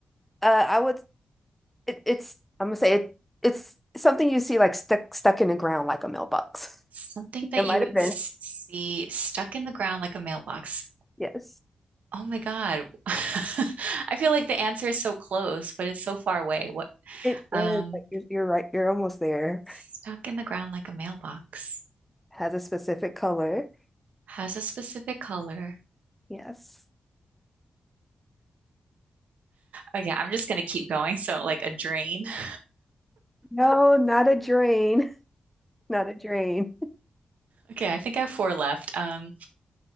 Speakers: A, in the centre; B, on the right.
A: uh, I would. It, it's. I'm gonna say it. It's something you see like stuck stuck in the ground like a mailbox.
B: Something
A: <laughs>
B: that
A: It
B: you
A: might
B: would
A: have been.
B: see stuck in the ground like a mailbox.
A: Yes.
B: Oh my God. <laughs> I feel like the answer is so close, but it's so far away. What,
A: It
B: um,
A: is. Like you're, you're right. You're almost there.
B: stuck in the ground like a mailbox,
A: Has a specific color.
B: has a specific color.
A: Yes.
B: Okay, I'm just gonna keep going. So like a drain. <laughs>
A: No, not a drain. <laughs> Not a drain.
B: Okay, I think I have four left. Um,